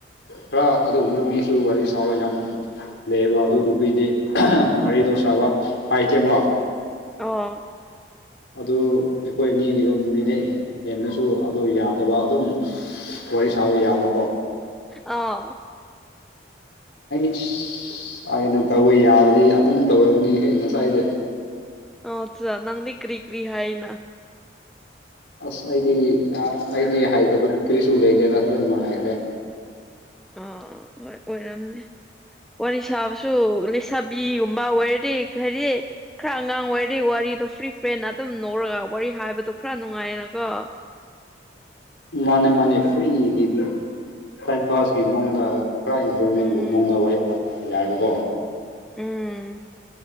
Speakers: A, on the left; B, in the centre.
A: ꯈꯔ ꯑꯗꯨꯒꯨꯝꯕ ꯃꯤꯁꯨ ꯋꯥꯔꯤ ꯁꯥꯕ ꯌꯥꯝ ꯂꯩꯌꯦꯕ ꯑꯗꯨ ꯅꯨꯄꯤꯗꯤ ꯃꯔꯤꯗꯣ ꯁꯥꯕ ꯍꯥꯏꯇꯦꯕ
B: ꯑꯥ
A: ꯑꯗꯨ ꯑꯩꯈꯣꯏ ꯑꯅꯤꯒꯤꯗꯝ ꯃꯤꯅꯩ ꯍꯦꯟꯅꯁꯨ ꯑꯗꯨ ꯌꯥꯗꯕ ꯑꯗꯨꯝ ꯋꯥꯔꯤ ꯁꯥꯕ ꯌꯥꯕꯀꯣ
B: ꯑꯣ
A: ꯁ ꯑꯩꯅ ꯇꯧꯕ ꯌꯥꯕꯗꯤ ꯑꯗꯨꯝ ꯇꯧꯔꯒꯅꯤ ꯍꯦꯛ ꯉꯁꯥꯏꯗꯤ
B: ꯑ ꯆ ꯅꯪꯗꯤ ꯀ꯭ꯔꯤ ꯀ꯭ꯔꯤ ꯍꯥꯏꯅ
A: ꯑꯁ ꯑꯩꯗꯤ ꯑꯩꯗꯤ ꯍꯥꯏꯗꯕ ꯀꯔꯤꯁꯨ ꯂꯩꯇꯦ ꯑꯗ ꯂꯣꯏꯅꯃꯛ ꯍꯥꯏꯈ꯭ꯔꯦ
B: ꯑꯥ ꯍꯣꯏ ꯑꯣꯏꯔꯝꯅꯦ ꯋꯥꯔꯤ ꯁꯥꯕꯁꯨ ꯂꯩꯁꯥꯕꯤꯒꯨꯝꯕ ꯑꯣꯏꯔꯗꯤ ꯈꯔꯤ ꯈꯔ ꯑꯉꯥꯡ ꯑꯣꯏꯔꯤ ꯋꯥꯔꯤꯗꯣ ꯐ꯭ꯔꯤ ꯐ꯭ꯔꯦꯟꯅ ꯑꯗꯨꯝ ꯅꯧꯔꯒ ꯋꯥꯔꯤ ꯍꯥꯏꯕꯗꯣ ꯈꯔ ꯅꯨꯡꯉꯥꯏꯌꯦꯅꯀꯣ
A: ꯃꯥꯅꯦ ꯃꯥꯅꯦ ꯐ꯭ꯔꯤꯒꯤ ꯇꯥꯏꯝ ꯄꯥꯁꯀꯤ ꯃꯑꯣꯡꯗ ꯄꯨꯔ ꯏꯟꯖꯣꯏꯃꯦꯟꯒꯨꯝꯕ
B: ꯎꯝ
A: ꯃꯑꯣꯡꯗ ꯋꯥꯔꯤ ꯇꯥꯕ ꯌꯥꯏꯑꯕꯀꯣ
B: ꯎꯝ